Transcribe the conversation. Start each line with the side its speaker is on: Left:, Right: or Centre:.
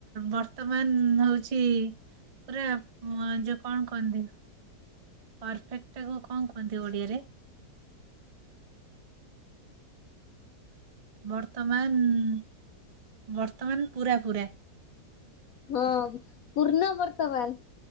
Right: ବର୍ତମାନ ହଉଚି ପୁରା ଯଉ କଣ କହନ୍ତି ପରଫେକ୍ଟ କୁ କଣ କୁହନ୍ତି ଓଡିଆରେ? ବର୍ତ୍ତମାନ୍-ବର୍ତ୍ତମାନ୍ ପୁରା-ପୁରା।
Left: ହଁ ପୂର୍ଣ ବର୍ତ୍ତମାନ୍।